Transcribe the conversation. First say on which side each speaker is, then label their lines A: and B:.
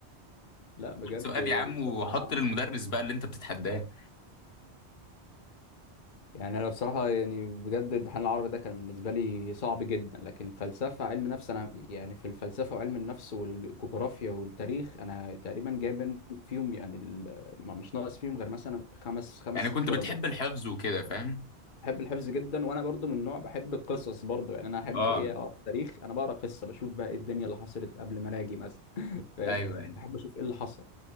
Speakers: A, on the left; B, on the left.
A: لا بجد
B: خد سؤال يا عم
A: بصراحه
B: وحط للمدرس بقى اللي انت بتتحداه
A: يعني انا بصراحه يعني بجد الامتحان العربي ده كان بالنسبه لي صعب جدا لكن فلسفه علم نفس انا يعني في الفلسفه وعلم النفس والجغرافيا والتاريخ انا تقريبا جايب من- فيهم يعني ال- ما- مش ناقص فيهم غير مثلا خمس خمس
B: يعني كنت
A: ست درجات
B: بتحب الحفظ وكده فاهم
A: بحب الحفظ جدا وانا برضو من نوع بحب القصص برضو يعني انا احب
B: اه
A: ايه اقرا تاريخ انا بقرا قصه بشوف بقى ايه الدنيا اللي حصلت قبل ما اجي مثلا <laughs> فاهم
B: ايوه ايوه
A: بحب اشوف ايه اللي حصل